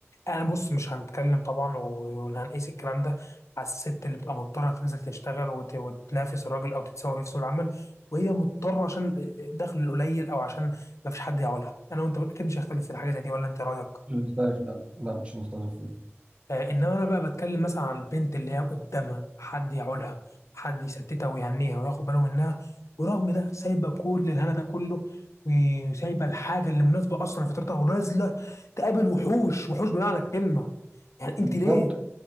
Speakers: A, on the left; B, on the right.
A: انا بص مش هنتكلم طبعا و- وهنقيس الكلام ده على الست اللي بتبقى مضطره تنزل تشتغل وت- وتنافس الراجل او تتساوي بيه في سوق العمل وهي مضطره عشان دخل قليل او عشان ما فيش حد يعولها انا وانت اكيد مش هختلف في حاجه زي دي ولا انت إيه رايك
B: مش مختلف لا لا مش مختلف فيه
A: آه، انما انا بقى بتكلم مثلا عن البنت اللي هي قدامها حد يعولها حد يسددها ويهنيها وياخد باله منها ورغم ده سايبه كل الهنا ده كله وسايبه الحاجه اللي مناسبه اصلا لفطرتها ونازله تقابل وحوش وحوش بمعنى الكلمه يعني انت
B: بالظبط
A: ليه